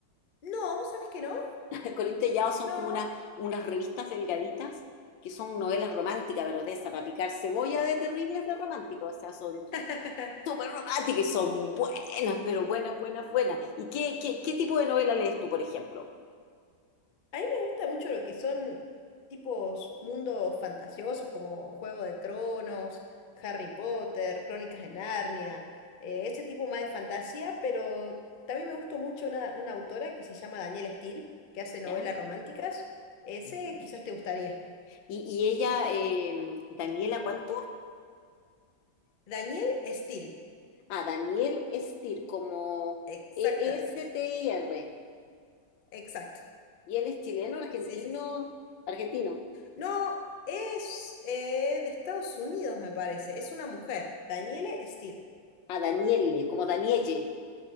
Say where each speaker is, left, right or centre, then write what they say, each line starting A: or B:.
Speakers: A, on the left; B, on the left.
A: No, ¿vos sabés que no?
B: <laughs> Corín Tellado son
A: No.
B: como unas, unas revistas delgaditas que son novelas románticas, pero de esa, para picar cebolla de terribles de romántica, o sea, son
A: <laughs>
B: súper románticas y son buenas, pero buenas, buenas, buenas. ¿Y qué, qué, qué tipo de novela lees tú, por ejemplo?
A: A mí me gusta mucho lo que son tipos mundos fantasiosos como Juego de Tronos, Harry Potter, Crónicas de Narnia, eh, ese tipo más de fantasía, pero también me gustó mucho una, una autora que se llama Danielle Steel, que hace novelas
B: ¿Ya?
A: románticas. Ese
B: Ujú.
A: quizás te gustaría.
B: Y, y ella, eh, Daniela, ¿cuánto?
A: Danielle Steel,
B: Ah, Daniel Stier, como
A: exactamente,
B: E-S-T-I-R.
A: exacto.
B: Y él es chileno, argentino,
A: Sí, sí, sí.
B: argentino.
A: No, es eh, de Estados Unidos, me parece. Es una mujer, Danielle Steel,
B: Ah, Daniele, como Danielle.